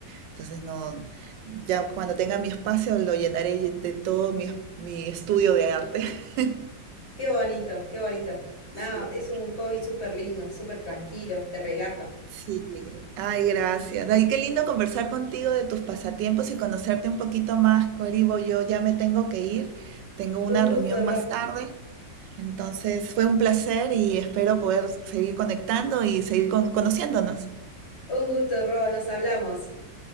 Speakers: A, on the right (about 75°); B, on the left (about 35°).
A: Entonces no, ya cuando tenga mi espacio lo llenaré de todo mi, mi estudio de arte. <laughs>
B: qué bonito, qué bonito. No,
A: Sí.
B: es un hobby súper lindo, súper tranquilo, te relaja.
A: Sí, ay, gracias. Ay, qué lindo conversar contigo de tus pasatiempos y conocerte un poquito más, Coribo. Yo ya me tengo que ir, tengo una
B: Un gusto,
A: reunión
B: Ro,
A: más tarde, entonces fue un placer y espero poder seguir conectando y seguir con- conociéndonos.
B: un gusto, Ro, nos hablamos.